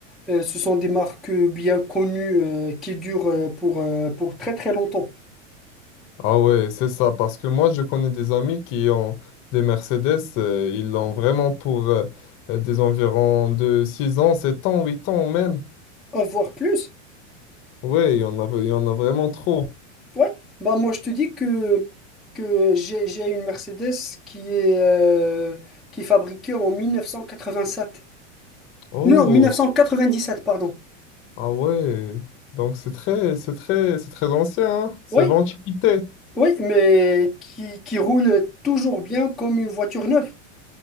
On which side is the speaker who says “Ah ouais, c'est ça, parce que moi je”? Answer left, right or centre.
Left